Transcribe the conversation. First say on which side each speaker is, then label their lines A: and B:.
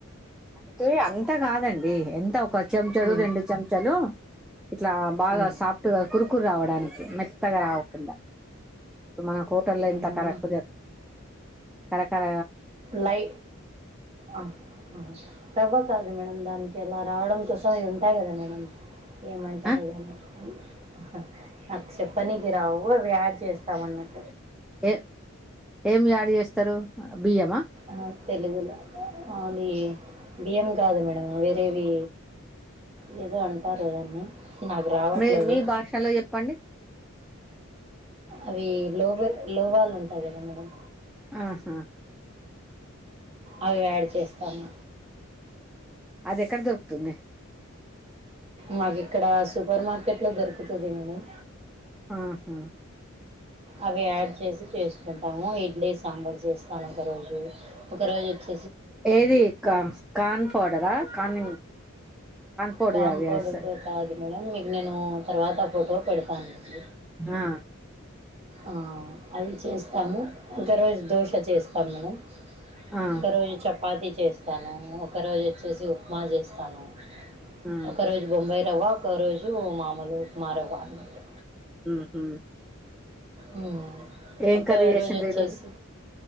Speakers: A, in the centre; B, on the right.
A: అంటే అంత కాదండి ఎంత ఒకకా చెంచలు
B: హ్మ్.
A: రెండు చెంచలు ఇట్లా బాగా
B: హ్మ్.
A: సాఫ్ట్ గా కురుకురు రావడాని మెత్తగా రావకుండా ఇప్పు మన హోటల్లో
B: అవునా!
A: ఇంత కరక్కు తె కరఖర
B: లై ఆ ఆ రవ్వ కాదు మేడం దానికి ఎలా రావడం కోసం అవి ఉంటాయి కదా మేడం ఏమంటారుో
A: ఆ
B: దాన్ని ఉ హ నాకు చెప్పనీనికి రావు అవి యాడ్ చేస్తాం అన్నట్
A: ఏ ఏం యాడ్ చేస్తారు బియ్యమా
B: ఆ తెలుగులో అది బి్యం కాదు మేడం వేరేవి లేదో అంటారు దాన్ని నాకు రావట్లేదు
A: మీ మీ భాషలో చెప్పండి
B: అవి లోవ లోవాళు ఉంటాయి కదా మేడం
A: ఆహా
B: అవి యాడ్ చేస్తాను
A: అది ఎక్కడ దొరుకుతుంది
B: మాకు ఇక్కడ సూపర్ మార్కెట్ లో దొరుకుతుంది మేడంమ్
A: ఆహా
B: అవి యాడ్ చేసి చేసుకుంటాము ఇడ్లీ సాంబార్ చేస్తాను ఒక రోజు ఒకరోజు వచ్చి
A: ఏది కా కాన్ పౌడరా కాన్ పౌడర్
B: కాన్
A: యాడ్
B: కోడుకు
A: చేస్తారు
B: కాదు మేడం మీకు నేను తర్వాత ఫోటో పెడతాను లేండి
A: ఆ
B: ఆ అవి చేస్తాము ఇంకా రోజు దోశ చేస్తాము మేడంమ్
A: ఆ
B: ఒకరోజు చపాతి చేస్తాను ఒకరోజు వచ్చేసి ఉప్మా చేస్తాను
A: ఆ
B: ఒక రోజు బొంబాయి రవ్వ ఒక రోజు మామూలు ఉప్మా రవ్వ అన్నటు
A: ఉహు
B: ఉ
A: ఏం
B: ఒక
A: కర్రీ చేసిండ్రు
B: రోజు వచ్చేసి
A: ఈరోజు